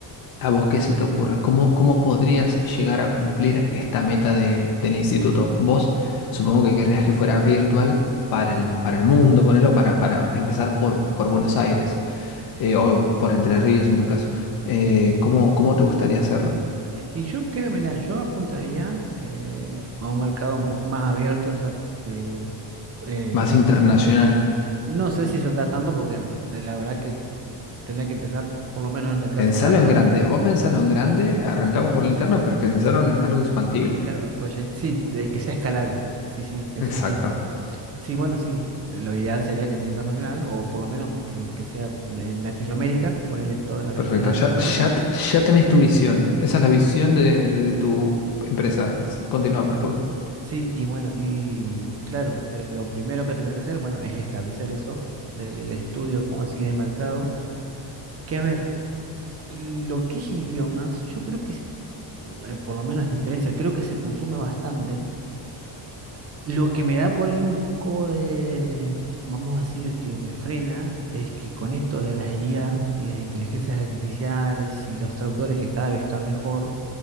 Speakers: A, on the left; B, on the right.
A: a vos qué se te ocurre? ¿Cómo, cómo podrías llegar a cumplir esta meta de- del instituto? Vos supongo que querrías que fuera virtual para el, para el mundo, ponelo, para, para empezar por, por Buenos Aires eh, o por Entre Ríos en tu caso, eh, ¿cómo, cómo te gustaría hacerlo?
B: Y yo creo, mira, yo apuntaría eh, a un mercado un poco más abierto. o sea, eh, eh,
A: Más internacional.
B: no sé si saltar tanto porque no- la verdad que tendría que empezar por lo menos en el mercado
A: Pensalo
B: interno.
A: en grande. Vos pensalo en grande, arrancamos por la interno pero pensaron en algo expandible.
B: Claro, el project, sí, de que sea escalable. Sí, sí, eso
A: Exacto.
B: sí. Sí, bueno, sí. Lo ideal sería que sea internacional o por lo menos que, que sea de Latinoamérica, ponerle toda la región
A: Perfecto.
B: Latinoamérica.
A: Ya, ya, te- ya tenés tu visión. Esa es la visión de, de tu empresa. Continúa, por favor.
B: Sí, y bueno, y claro, eh, lo primero que tendrá que hacer, bueno, es establecer eso del estudio, como decís, de mercado. Que a ver, Lo que es idiomas, yo creo que, es- eh, por lo menos en mi experiencia, creo que se consume bastante. Lo que me da por ahí un poco de, vamos a decir, que me frena, es que con esto de las IA y las inteligencias artificiales y los traductores que cada vez están mejor,